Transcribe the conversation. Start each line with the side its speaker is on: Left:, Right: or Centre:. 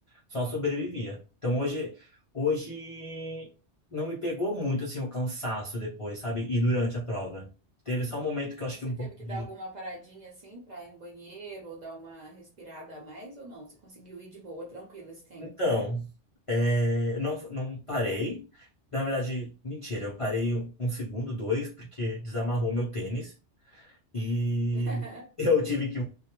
Left: só sobrevivia. Então, hoje, hoje não me pegou muito, assim, o cansaço depois, sabe? E durante a prova. Teve só um momento que eu acho
Right: E você
Left: que um
Right: teve
Left: pouco
Right: que
Left: de...
Right: dar alguma paradinha assim pra ir no banheiro ou dar uma respirada a mais ou não? Você conseguiu ir de boa, tranquilo esse tempo.
Left: Então, é, não, não parei. Na verdade, mentira, eu parei um um segundo, dois, porque desamarrou meu tênis. E
Right: <laughs>
Left: <laughs> eu tive que